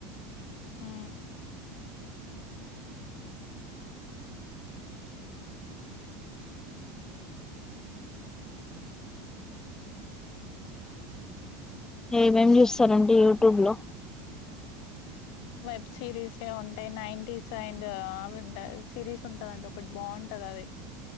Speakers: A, on the left; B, on the left.
A: హు
B: ఏమేమ్ చూస్తారండి యూట్యూబ్ లో
A: వెబ్ సిరీస్ే ఉంటాయి నైన్ టీస్ అండ్ అవింటాయి సిరీస్ ఉంటదండి ఒకటి బాగుంటది అది